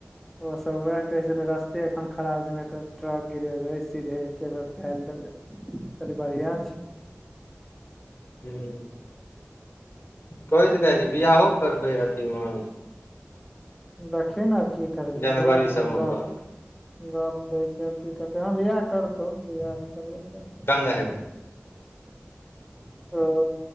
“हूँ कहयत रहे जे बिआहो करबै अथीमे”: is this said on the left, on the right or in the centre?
Left